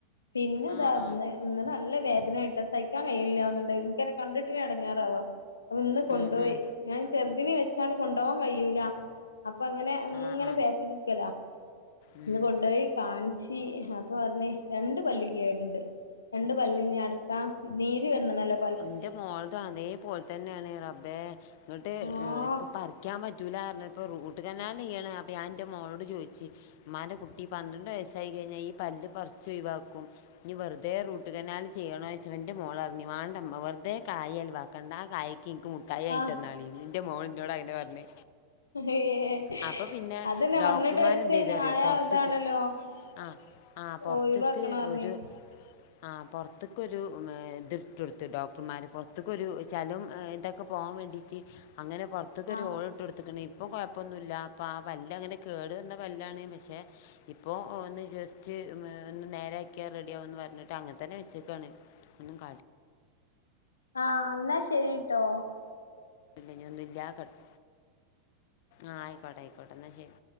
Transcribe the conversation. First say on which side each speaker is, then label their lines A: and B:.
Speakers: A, on the left (about 75°); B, on the left (about 50°).
A: പിന്നെതാ
B: ആ
A: ഇന്ന
B: ആ
A: ഇന്നലെ നല്ല വേദനായാട്ട സഹി ക്കാൻ കയ്യിണില്ല്യ തോന്ന്ണ്ട് ഇൻക്കെന്നെ കണ്ട്ട്ടെന്നെ എടങ്ങേറാവാ അപ്പൊയിന്ന് കൊണ്ടോയി
B: ഉം ഉം
A: ഞാൻ ചെർതിനിം വെച്ചാണ്ട് കൊണ്ടോവാൻ കഴിയൂല അപ്പൊ അങ്ങനെ അങ്ങനെ
B: ആ ആ
A: ബേക്ക്ക്ക്ക്കെലാ
B: ഉം
A: ഇന്ന് കൊണ്ടോയി കാൺച്ച് അപ്പൊ പർഞ് രണ്ട് പല്ല് കേട്ണ്ട്. രണ്ട്പല്ല്ഞ്ഞ് അട്ക്കാ നീര് വെന്ന്ണലോ
B: ഇന്റെ മോള്ത് അതേ പോൽതന്നെണ് റബ്ബെ! ഇങ്ങട്ട്
A: ആഹ്
B: ഇപ്പൊ പറി ക്കാ പറ്റൂലാർഞ്ഞപ്പൊ റൂട്ട് കാനാലെയ്യണം അപ്പ ഞായിന്റെ മോളോട് ചോയ്ച്ച് ഇമ്മാന്റെ കുട്ടി പന്ത്രണ്ട് വയസ്സായി കഴിഞ്ഞാ ഈ പല്ല് പർച്ച് ഒഴിവാക്കും. ഇഞ്ഞ് വെർതെ റൂട്ട് കനാല് ചെയ്യണോയ്ച്ചപ്പൊ ഇന്റെ മോളർഞ് മാ വെറുതേ കായി ചെലവാക്കണ്ട ആ കായ്ക്ക് ഇൻക്ക് മുട്ടാ ക്കായിവാങ്ങി
A: ആഹ്
B: തന്നാളിന്നിന്റെ മോളിന്നോടങ്ങനെ പർഞ്
A: ഏ
B: അപ്പൊ പിന്നെ
A: അതന്നെ
B: ഡോക്ടർമാരെന്തെയ്ത്
A: പന്ത്രണ്ട് വയസ്സ്
B: അറിയോ
A: ആയ
B: പൊർത്ത്ട്ട്
A: ഇതാണല്ലോ
B: ആഹ ആ് പൊർത്ത്ക്ക്
A: ഒഴിവാക്കണം പറഞ്ഞ്
B: ഒര് ആഹാ പൊർത്ത്ക്കൊര് ഇത് ഇട്ടൊട്ത്ത് ഡോക്ടർമാര് പൊർത്ത്ക്കൊരു ചെലും ഏഹ് ഇതൊക്കെ പോവാ വേണ്ടിട്ട് അങ്ങനെ പൊറ ത്ത്ക്കൊരു
A: ആഹ്
B: ഓള്ട്ടൊട്ത്ത്ക്ണ് ഇപ്പം കൊഴപ്പൊന്നുല്ല അപ്പ ആ പല്ലങ്ങനെ കേട് വന്ന പല്ലാണ് പഷെ ഇപ്പോ ഒന്ന് ജസ്റ്റ് ഒന്ന് നേരാക്കിയാ റെഡിയാവുന്ന് പറഞ്ട്ട് അങ്ങത്തന്നെ വെച്ചേക്കാണ് ഒന്നും കാട്ടി
A: ആഹ ഇന്നാ ശെരിട്ടോ?
B: ല്ല ഒന്നും ഇല്ല്യാക്കട്ടെ ആഹ് അയിക്കോട്ടെ അയിക്കോട്ടെ ഇന്നാശെരി